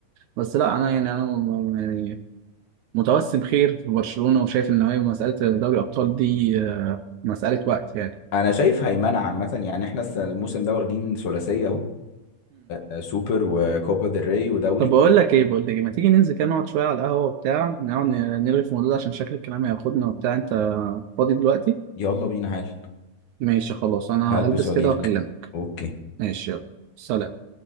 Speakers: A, on the right; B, on the left.
A: بس لا انا يعني انا م- م- يعني متوسم خير في برشلونة وشايف ان هي مسألة دوري الابطال دي آه، مسألة وقت يعني
B: انا شايف هيمنه عامه يعني احنا الس- الموسم ده واخدين ثلاثيه اهو آه، سوبر وكوبا ديل ري ودوري
A: طب بقول لك ايه بقول لك إيه، ما تيجي ننزل كده نقعد شويه على القهوه وبتاع نقعد نرغي في الموضوع ده عشان شكل الكلام هياخدنا وبتاع انت فاضي دلوقتي
B: يلا بينا حال
A: ماشي خلاص انا
B: هلبس
A: هلبس
B: واجيلك
A: كده واكلمك
B: اوكي
A: ماشي يلا سلام